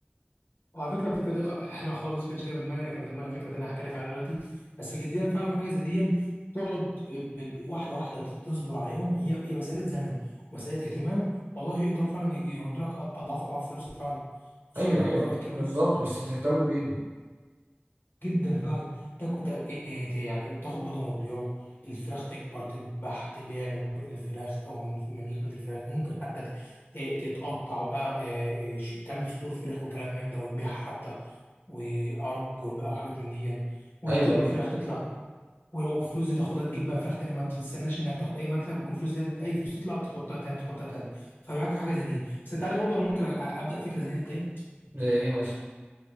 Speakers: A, on the left; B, on the right.
A: وعلى فكره الفكره دي خ- حلوه خالص ما كانتش جايه في دماغي انا كان في دماغي فكره تانيه هحكي لك عليها دلوقتي بس جديا فعلا حاجه زي دي تقعد ب- ب- واحده واحده ت- تصبر عليهم هي هي مساله زمن ومساله اهتمام والله يقدروا فعلا ي- يردوا لك أ- اضعاف اضعاف فلوسك فعلا خصوصا
B: ايوه
A: لو
B: ايوه
A: الفراخ كبرت
B: بالظبط بس تهتم بيهم
A: جدا فعلا تاكل تاكل- إيه ت- يعني تاخد بيضه وتبيعه الفراخ تكبر تتباع تبيع من بطن الفراخ او من من لحمه الفراخ ممكن حتى ت- ت- تتقطع بقى آه، آه، ش- تعمل صدور فراخ وكلام من ده وتبيعها حتى وارجل بقى وحاجات من دي يعني. وت-
B: ايوه
A: والفراخ
B: ايوه
A: تطلع والفلوس دي تاخدها تجيب بقى فراخ تاني ما تستناش انك تاخد اي مكسب وكل فلوس دي أنت- اي فلوس تطلع تحطها تاني تحطها تاني فمعاك في حاجه زي دي بس انت عارف برضه انا ممكن أ- ابدا فكره زي دي
B: زي ايه مثلا